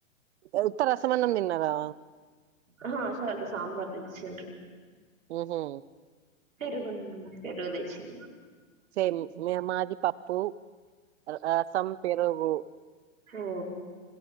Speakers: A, on the right; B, on the right.
A: ఉత్త రసమన్నాము తిన్నావా
B: హ హషలో సాంబార్ దిచ్చంట
A: ఓహో
B: పెరుగు పెరుగు డిచ్చిన
A: సేమ్ మే మాది పప్పు రసం పెరుగు
B: ఓ